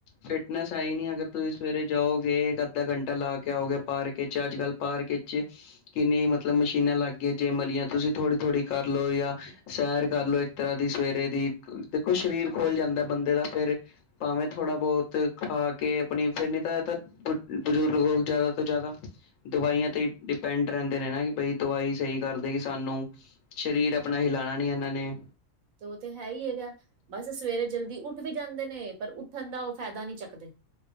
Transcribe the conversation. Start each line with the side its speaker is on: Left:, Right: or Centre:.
Left: ਫਿਟਨੈਸ ਹੈ ਹੀ ਨੀ ਅਗਰ ਤੁਸੀਂ ਸਵੇਰੇ ਜਾਓਗੇ ਇੱਕ ਅੱਧਾ ਘੰਟਾ ਲਾ ਕੇ ਆਓਗੇ ਪਾਰਕ ਚ ਅੱਜ ਕੱਲ ਪਾਰਕ ਵਿਚ ਕਿੰਨੇ ਮਤਲਬ ਮਸ਼ੀਨਾਂ ਲੱਗ ਗਈਆਂ ਜੇਮ ਵਾਲੀਆ। ਤੁਸੀਂ ਥੋੜ੍ਹੀ-ਥੋੜ੍ਹੀ ਕਰ ਲੋ ਜਾਂ ਸੈਰ ਕਰ ਲਓ ਇੱਕ ਤਰ੍ਹਾਂ ਦੀ ਸਵੇਰੇ ਦੀ। ਦੇਖੋ ਸਰੀਰ
Right: ਆਹ
Left: ਖੋਲ੍ਹ ਜਾਂਦਾ ਬੰਦੇ ਦਾ ਫੇਰ ਭਾਵੇਂ ਥੋੜ੍ਹਾ ਬੋਹਤ ਖਾ ਕੇ ਆਪਣੀ ਫਿਰ ਨੀ ਤਾ ਇਹ ਤਾਂ ਬਜ਼ੁਰਗ ਲੋਕ ਜਾਦਾ ਤੋਂ ਜਾਦਾ। ਦਵਾਈਆਂ ਤੇ ਡਿਪੈਂਡ ਰਹਿੰਦੇ ਨੇ ਨਾ ਕਿ ਬਈ ਦਵਾਈ ਸਹੀ ਕਰਦੇ ਕਿ ਸਾਨੂੰ। ਸਰੀਰ ਆਪਣਾ ਹਿਲਾਣਾ ਨੀ ਇਹਨਾਂ ਨੇ
Right: ਤੇ ਉਹ ਤੇ ਹੈ ਹੀ ਹੈਗਾ। ਬਸ ਸਵੇਰੇ ਜਲਦੀ ਉੱਠ ਵੀ ਜਾਂਦੇ ਨੇ ਪਰ ਉੱਠਣ ਦਾ ਉਹ ਫਾਇਦਾ ਨਹੀਂ ਚੱਕਦੇ।